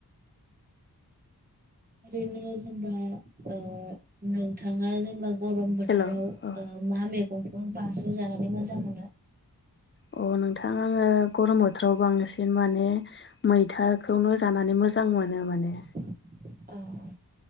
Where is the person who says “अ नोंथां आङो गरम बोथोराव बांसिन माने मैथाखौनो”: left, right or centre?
Left